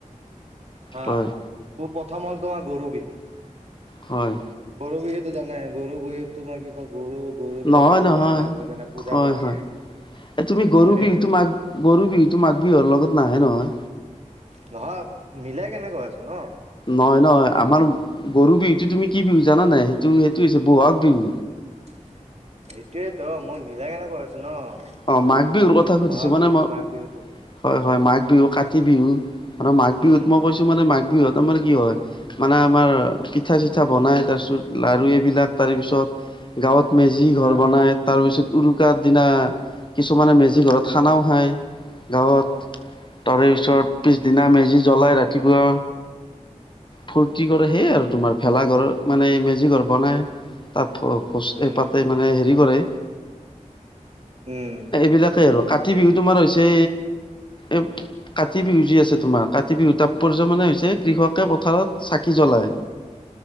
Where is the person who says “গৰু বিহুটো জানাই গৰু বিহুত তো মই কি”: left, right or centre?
Right